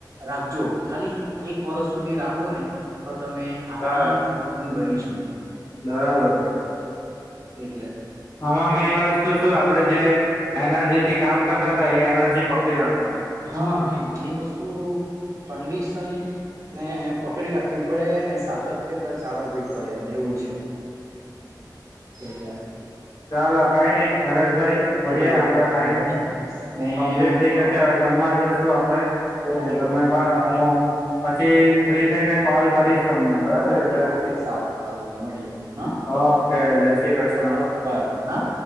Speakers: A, on the right; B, on the left.
A: રાખજો ખાલી એક વર્ષ સુધી રાખો ને તો તમે આરામથી
B: બસ હમ
A: <inaudible> બની શક
B: બરાબર
A: એટલે.
B: આમાં મેઈન વસ્તુ શું આપડે જે એર્નજી થી કામ કરતા તા એ એનર જી પકડી રાખવાનું
A: હા એમ. એ વસ્તુ કંડિશન ને પકડી રાખવી પડે ને સાતત્યતા જાળવવી પડે એવું છે. એટલે
B: ચાલો કાઈ નઈ, હરેશભાઈ મળીએ
A: સારું
B: આપડા ટાઈમ
A: મળી ને
B: કમ્પ્લીટ થઈ
A: પ્રોપર
B: ગયો શે હવે જમવા જશું આપડે. ને
A: ઓકે
B: તમે
A: ઓકે
B: પણ
A: મારે
B: હું પછી ફ્રી થઈને કોલ કરીશ. તમને બરાબર
A: ઓકે-ઓકે.
B: એટલે
A: સારું ચાલો મળીએે હા
B: ઓકે જય શ્રી કૃષ્ણ
A: <inaudible> હા.